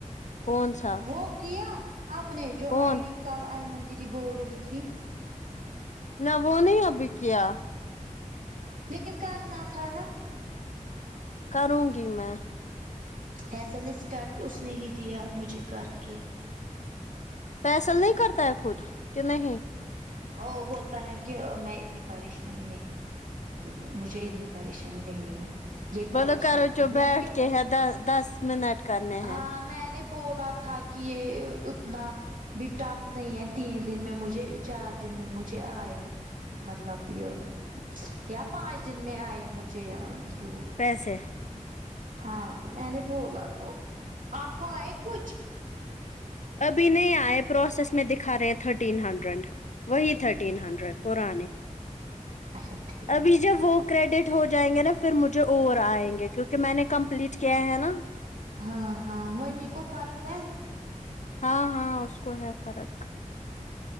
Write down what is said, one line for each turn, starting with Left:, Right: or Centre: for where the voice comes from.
Left: کون سا
Right: وہ کیا آپ نے جو
Left: کون
Right: آئی ڈی کال آئیمن دیدی بول رہی تھی
Left: نہ وہ نہیں اب کیا
Right: لیکن کر نا تھا نا
Left: کروں گی میں
Right: فیصل نے اسٹارٹ کیا اس نے ہی دیا مجھے کر کے
Left: فیصل نہیں کرتا ہے خود کہ نہیں
Right: او بولتا ہے کہ میں اتنی پریشانی نہیں مجھے اتنی پریشانی چل رہی ہے یہ پریشانی
Left: بولو کرو چو
Right: ہے میں
Left: بیٹھ
Right: کہ
Left: کے ہے دس دس منٹ کرنے
Right: ہاں
Left: ہیں
Right: میں نے بولا تھا کہ یہ اتنا بھی ٹف نہیں ہے تین دن میں مجھے چار دن میں مجھے آئے مطلب یہ یا پانچ دن میں آئے مجھے تو
Left: پیسے
Right: ہاں میں نے بولا تو آپ کو آئے کچھ
Left: ابھی نہیں آئے پروسیس میں دکھا رہے تھ تھرٹین ہنڈریڈ وہی تھرٹین ہنڈریڈ پرانے
Right: اچھا ٹھیک
Left: ابھی جب وہ کریڈٹ ہو جائیں گے نا پھر مجھے اور آئیں گے کیونکہ میں نے کمپلیٹ کیا ہے نا
Right: ہاں ہاں وہی میں کو فرق ہے
Left: ہاں ہاں اس کو ہے فرق